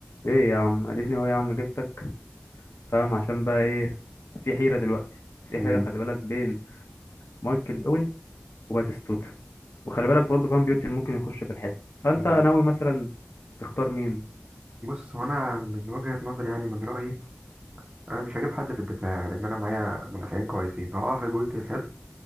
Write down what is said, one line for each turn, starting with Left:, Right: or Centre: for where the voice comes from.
Left: ايه يا عم اديني اهو يا عم جبتك فاهم عشان بقى ايه في حيرة دلوقتي
Right: مم.
Left: في حيرة خلي بالك بين مايكل اوين وباتيستوتا وخلي بالك برضه فان بيوتن ممكن يخش في الحزب فانت
Right: مم.
Left: ناوي مثلا تختار مين
Right: بص هو انا من وجهة نظري يعني من رأيي انا مش هجيب حد في الدفاع يعني، لان انا معايا مدافعين كويسين هو اه في بويتي حلو